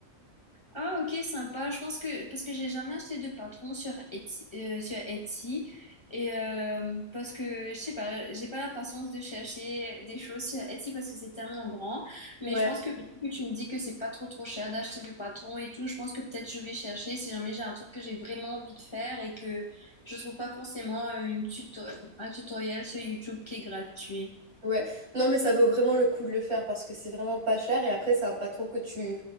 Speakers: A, on the left (about 20°); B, on the right (about 55°).
A: Ah ok sympa, je pense que parce que j'ai jamais acheté de patron sur Etsy, euh, sur Etsy et euh, parce que je sais pas, j'ai pas la patience de chercher des choses sur Etsy parce que c'est tellement grand, mais
B: Ouais.
A: je pense que vu que tu me dis que c'est pas trop trop cher d'acheter le patron et tout, je pense que peut-être je vais chercher si jamais j'ai un truc que j'ai vraiment envie de faire et que je trouve pas forcément euh, une tuto- un tutoriel sur YouTube qui est gratuit.
B: Ouais. Non, mais ça vaut vraiment le coup de le faire parce que c'est vraiment pas cher et après, c'est un patron que tu